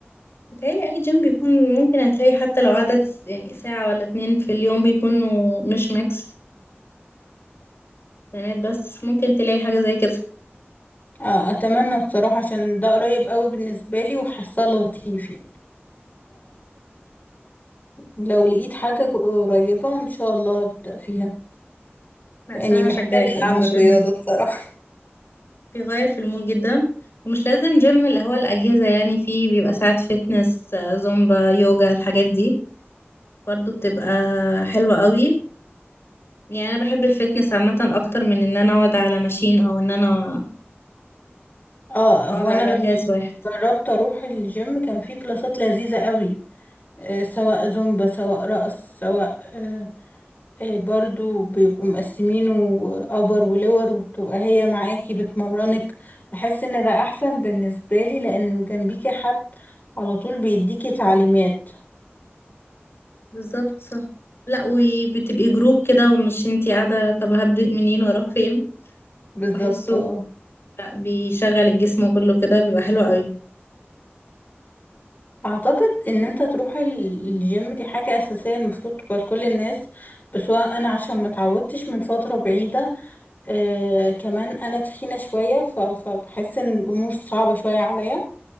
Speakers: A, on the left (about 65°); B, on the left (about 40°).
A: بتهيألي اي جيم بيكون ممكن هتلاقي حتى لو عدد يعني ساعة ولا اتنين في اليوم بيكونوا مش ميكس بنات بس ممكن تلاقي حاجة زي كده
B: آه، اتمنى بصراحة عشان ده قريب قوي بالنسبة لي وحاساه لطيف يعني لو لقيت حاجة قريبة ان شاء الله هبدأ فيها
A: لا
B: يعني
A: صراحة
B: محتاجة
A: أشجعك يعني
B: اعمل
A: الجيم
B: رياضة بصراحة
A: بيغير في المود جدا ومش لازم جيم اللي هو الأجهزة يعني فيه بيبقى ساعات فتنس آه، زومبا يوجا الحاجات دي برضو بتبقى حلوة قوي يعني أنا بحب الفتنس عامة أكتر من إن أنا أقعد على ماشين أو إن أنا
B: اه
A: أقعد
B: هو
A: على
B: انا لما
A: كاس واحد
B: جربت اروح الجيم كان في كلاسات لذيذة قوي آه سواء زومبا سواء رقص سواء آه آه برضو بيبقوا مقسمينه ابر ولور وبتبقى هي معاكي بتمرنك بحس ان ده احسن بالنسبة لي لان جنبيكي حد على طول بيديكي تعليمات
A: بالظبط صح لا وبتبقي جروب كده ومش انتي قاعدة طب هبدأ منين واروح فين
B: بالظبط
A: وبحسه
B: اه
A: لا بيشغل الجسم كله كده بيبقى حلو قوي
B: اعتقد ان انت تروح ال- الجيم دي حاجة اساسية المفروض تبقى لكل الناس بس هو انا عشان ما اتعودتش من فترة بعيدة آه كمان انا تخينة شوية ف- فبحس ان الامور صعبة شوية عليا